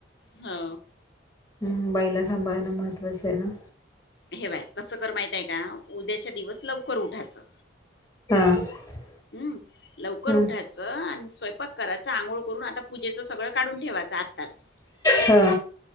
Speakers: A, on the left; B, on the left.
A: हो
B: मुंबाईला सांभाळणं महत्त्वाचं आहे ना.
A: हे बाय कसं कर माहितय का उद्याच्या दिवस लवकर उठायचं.
B: <unintelligible>
A: हम्म लवकर उठायचं
B: ह
A: आणि स्वयंपाक करायच आंघोळ करून आता पूजेच सगळं काढून ठेवायचं आत्ताास
B: हा